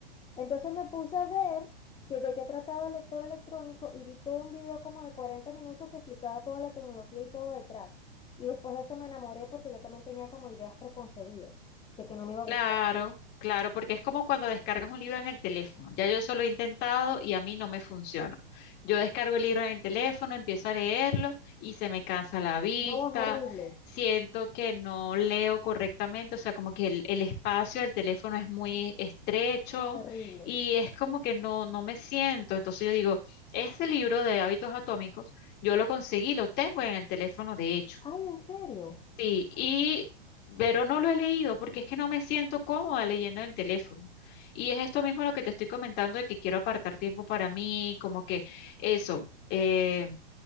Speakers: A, on the left; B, on the left.
A: Entonces me puse a ver que- de qué trataba el lector electrónico y vi todo un video como de 40 minutos que explicaba toda la tecnología y todo detrás. Y después de eso me enamoré porque yo también tenía como ideas preconcebidas de que no me iba a
B: Claro,
A: gustar.
B: claro, porque es como cuando descargas un libro en el teléfono. Ya yo eso lo he intentado y a mí no me funciona. Yo descargo el libro en el teléfono, empiezo a leerlo y se me cansa la vista,
A: No, es horrible,
B: siento que no leo correctamente, o sea, como que el, el espacio del teléfono es muy estrecho
A: terrible.
B: y es como que no, no me siento. Entonces yo digo, este libro de hábitos atómicos, yo lo conseguí, lo tengo en el teléfono de hecho
A: Ay, ¿en serio?
B: Sí, y, pero no lo he leído porque es que no me siento cómoda leyendo en el teléfono. Y es esto mismo lo que te estoy comentando de que quiero apartar tiempo para mí, como que eso, eh,